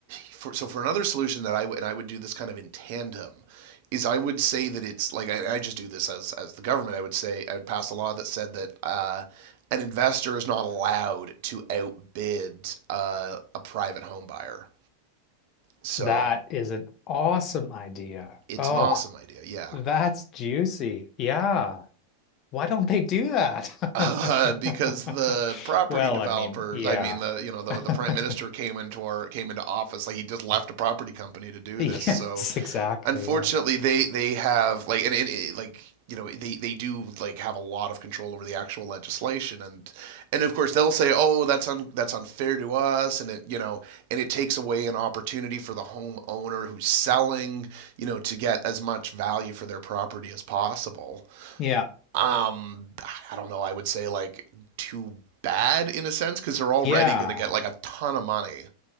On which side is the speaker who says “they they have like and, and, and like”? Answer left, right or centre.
Right